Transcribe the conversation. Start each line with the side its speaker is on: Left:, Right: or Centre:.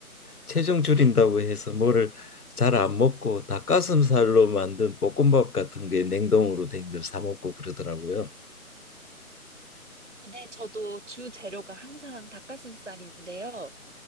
Left: 체중 줄인다고 해서 뭐를 잘 안 먹고 닭가슴살로 만든 볶음밥 같은 게 냉동으로 된 걸 사 먹고 그러더라고요.
Right: 네, 저도 주 재료가 항상 닭가슴살인데요.